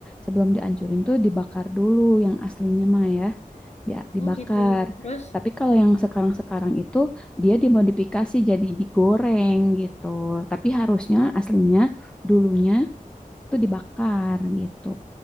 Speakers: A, in the centre; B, on the left (about 50°).
A: sebelum dihancurin tuh dibakar dulu yang aslinya mah ya, dia dibakar.
B: Oh gitu. Terus
A: Tapi kalau yang sekarang-sekarang itu dia dimodifikasi jadi digoreng gitu. Tapi harusnya aslinya dulunya tuh dibakar gitu.